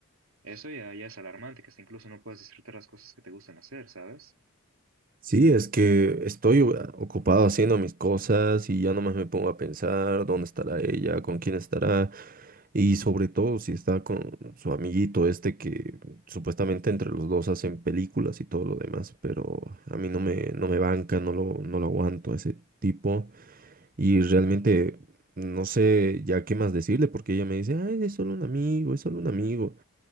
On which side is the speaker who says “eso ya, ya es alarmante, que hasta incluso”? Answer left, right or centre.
Right